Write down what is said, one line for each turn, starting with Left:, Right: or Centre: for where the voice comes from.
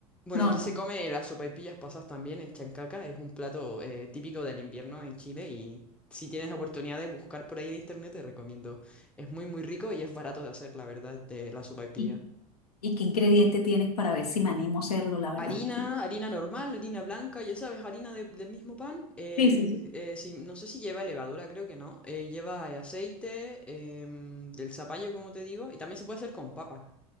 Centre: Bueno,
Left: no,
Centre: aquí
Left: no.
Centre: se come las sopaipillas pasas también en chancaca, es un plato eh, típico del invierno en Chile y si tienes oportunidad de buscar por ahí en internet te recomiendo. Es muy muy rico y es barato de hacer, la verdad, de la sopaipilla.
Left: ¿Y, y qué ingrediente tienes para ver si me animo a hacerlo, la verdad?
Centre: Harina, harina normal, harina blanca, ya sabes, harina de- del mismo pan. eh,
Left: Sí, sí, sí.
Centre: eh, si- no sé si lleva levadura, creo que no. eh, lleva eh, aceite, em, del zapallo, como te digo, y también se puede hacer con papa.